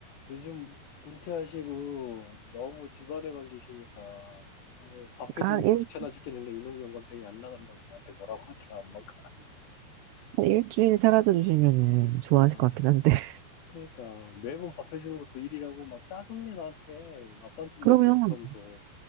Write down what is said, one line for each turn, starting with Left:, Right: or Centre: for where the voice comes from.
Left: 요즘 은퇴하시고 너무 집안에만 계시니까 아우, 밥
Right: 그러니까
Left: 해주기도
Right: 한 일,
Left: 귀찮아 죽겠는데 이놈 영감탱이 안 나간다고 나한테 뭐라고 하더라, 엄마가.
Right: 한 일주일 사라져 주시면은
Left: <laughs>
Right: 좋아하실
Left: 어,
Right: 것 같긴 한데. <laughs>
Left: 그러니까 매번 밥 해주는 것도 일이라고 막 짜증내 나한테 아빠한테는
Right: 그러면,
Left: 얘기도 못하면서.